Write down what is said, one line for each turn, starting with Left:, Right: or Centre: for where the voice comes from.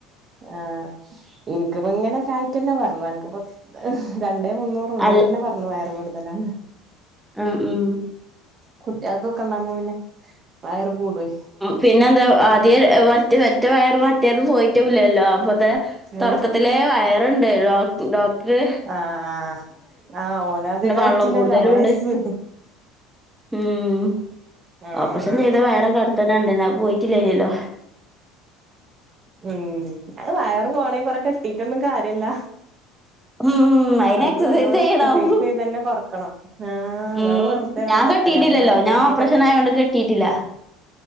Right: ആഹ് ഇനിക്കിപ്പോ ഇങ്ങനെ ആയിറ്റെന്നെ പറഞ്ഞു അ ന്ക്കിപ്പോ രണ്ടേ മുന്നൂറ് അങ്ങനെ
Centre: അൽ
Right: തന്നെ പറഞ്ഞു വയറ് കൂടുതലാണ്
Centre: ഉം ഉം
Right: കുട്യേള് തൂക്കണ്ടാവുമ്പോ പിന്നെ വയറ് കൂടൊയ്
Centre: പിന്നെ എന്താ ആദ്യ മറ്റ മറ്റ വയറ് മറ്റേത് പോയിറ്റൂല്ലല്ലോ അപ്പത്തെ
Right: ഏഹ്
Centre: തൊടക്കത്തിലെ വയറ്ണ്ട് ഡോ ഡോക്ട്റ്
Right: ആഹ് ആഹ് ഓനതികായിറ്റില്ലല്ലോ
Centre: വള്ളം കൂടുതലും
Right: വയസ്സ്
Centre: ഉണ്ട്. ഉം
Right: ആഹ്
Centre: ഓപ്പറേഷൻ ചെയ്ത വയറൊക്കെ അടുത്തന്നണ്ടയ്നി അവ് പോയിട്ടില്ല ഇല്ലല്ലോ.
Right: ഉം അയ് വയറ് പോണെ കൊറെ കെട്ടീറ്റൊന്നും കാര്യല്ല
Centre: ഉം ഉം. അയിന്
Right: അത്
Centre: എക്സസൈസ്
Right: നല്ലോണം
Centre: ചെയ്യണം.
Right: എക്സസൈസ്യ്ത് തന്നെ കൊറക്കണം ആഹ്
Centre: ഉം.
Right: വെറുതെണ്
Centre: ഞാൻ
Right: തെ
Centre: കെട്ടിയിട്ടില്ലല്ലോ.
Right: അമ്മളെ
Centre: ഞാൻ
Right: മറ്റേ
Centre: ഓപ്പറേഷൻ
Right: കെട്ടൽ
Centre: ആയോണ്ട് കെട്ടിയിട്ടില്ല.